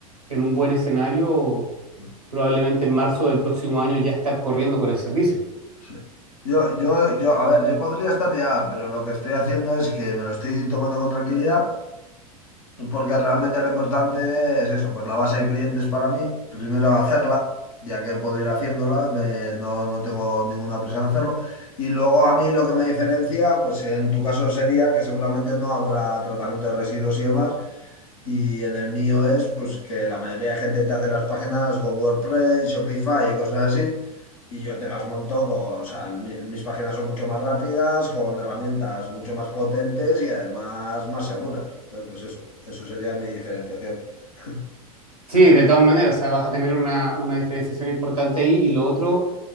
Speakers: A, on the right; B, on the left.
A: en un buen escenario,
B: mm.
A: probablemente en marzo del próximo año ya estar corriendo con el servicio.
B: Sí. Yo, yo, yo, a ver, yo podría estar ya, pero lo que estoy haciendo es que me lo estoy tomando con tranquilidad, porque realmente lo importante es eso, pues la base de clientes para mí, primero hacerla, ya que puedo ir haciéndola, de- no, no tengo ninguna prisa en hacerlo, y luego a mí lo que me diferencia, pues en tu caso sería que seguramente no habrá tratamiento de residuos y demás, y en el mío es pues que la mayoría de gente te hace las páginas con WordPress, Shopify y cosas así. Y yo te las monto con, o sea, el- mi- mis páginas son mucho más rápidas, con herramientas mucho más potentes y además más seguras. Entonces, pues eso, eso sería mi diferenciación. <laughs>
A: Sí, de todas maneras, o sea, vas a tener una, una diferenciación importante ahí y lo otro,